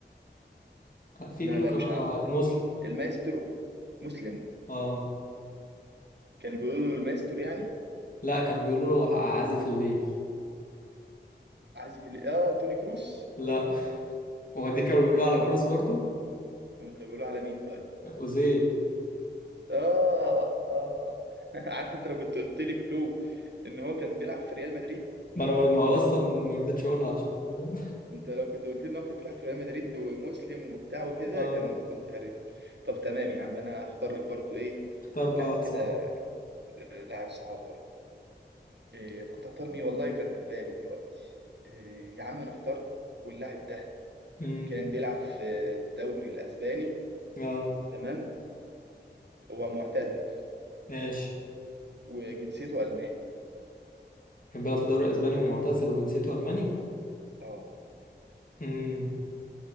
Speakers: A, on the left (about 50°); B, on the right (about 70°).
A: في
B: لا
A: كلو
B: لا
A: كمان
B: مش عارفه
A: لو ع-
B: ده
A: مسلم
B: المايسترو مسلم
A: اه
B: كان بيقولوا له المايسترو يعني
A: لا كانوا بيقولوا له ع- عازف الليل
B: عازف ال- اه توني كروس
A: لا هو دي كانوا بيقولوا على
B: امال
A: كروس برضو
B: هم كانوا بيقولوا على مين طيب
A: أوزيل
B: اه اه <laughs> عارف انت لو كنت قلت لي كلو ان هو كان بيلعب في ريال مدريد
A: ما انا ما هو اصلا ما رضيتش اقولها عشان فاهم؟
B: انت لو كنت قلت لي ان هو كان بيلعب في ريال مدريد ومسلم وبتاع وكده
A: اه
B: كان كنت عارف طب تمام يا عم انا هختار لك برضو ايه
A: اختار بقى
B: لاعب
A: واحد
B: كده
A: صعب
B: لاعب صعب إيه، كنت اختار مين والله كان في بالي دلوقتي إيه، يا عم انا اخترت واللاعب ده
A: امم
B: كان بيلعب في الدوري الاسباني
A: اه
B: تمام هو معتزل
A: ماشي
B: وجنسيته الماني
A: كان بيلعب في الدوري الاسباني ومعتزل وجنسيته الماني
B: اه
A: امم